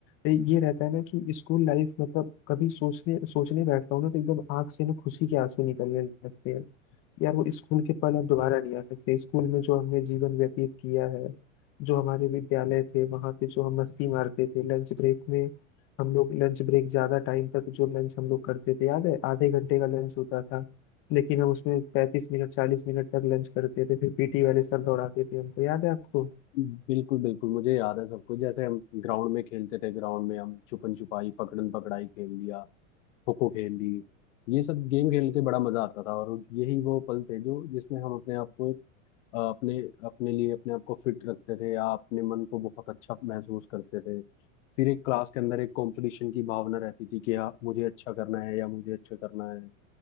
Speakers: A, on the left (about 35°); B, on the left (about 75°).
A: ये रहता है ना कि स्कूल लाइफ मतलब कभी सोचने सोचने बैठता हूँ ना तो एकदम आंख से ना खुशी के आंसू निकलने लगते हैं यार वो स्कूल के पल अब दोबारा नहीं आ सकते स्कूल में जो हमने जीवन व्यतीत किया है जो हमारे विद्यालय थे वहां पे जो हम मस्ती मारते थे लंच ब्रेक में हम लोग लंच ब्रेक ज्यादा टाइम तक जो लंच हम लोग करते थे याद है आधे घंटे का लंच होता था लेकिन हम उसमें पैंतीस मिनट चालीस मिनट तक लंच करते थे फिर पीटी वाले सर दौड़ाते थे हमको याद है आपको
B: बिल्कुल बिल्कुल मुझे याद है सब कुछ जैसे हम ग्राउंड में खेलते थे ग्राउंड में हम छुपन छुपाई पकड़न पकड़ाई खेल लिया खो खो खेल ली ये सब गेम खेल के बड़ा मजा आता था और यही वो पल थे जो जिसमें हम अपने आप को अ, अपने अपने लिए अपने आप को फिट रखते थे या अपने मन को बहुत अच्छा महसूस करते थे फिर एक क्लास के अंदर एक कंपटीशन की भावना रहती थी कि हाँ मुझे अच्छा करना है या मुझे अच्छा करना है